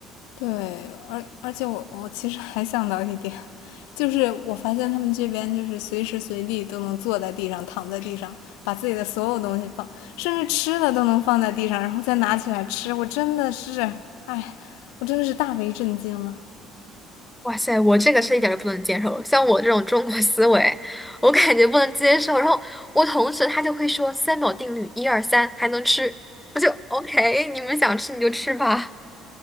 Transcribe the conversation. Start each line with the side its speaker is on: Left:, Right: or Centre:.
Left: 对，而而且我我其实还想到一点，就是我发现他们这边就是随时随地都能坐在地上、躺在地上，把自己的所有东西放，甚至吃的都能放在地上，然后再拿起来吃。我真的是，哎，我真的是大为震惊了。
Centre: 哇塞，我这个是一点儿都不能接受。像我这种中国思维，我感觉不能接受。然后我同事他就会说三秒定律，一二三，还能吃。我就 OK，你们想吃你就吃吧。